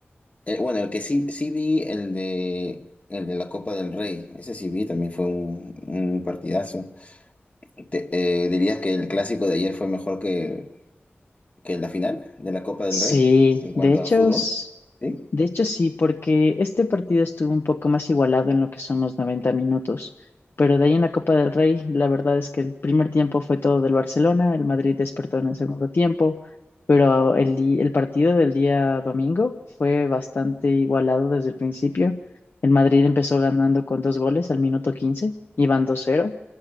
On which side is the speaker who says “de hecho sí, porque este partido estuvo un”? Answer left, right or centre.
Left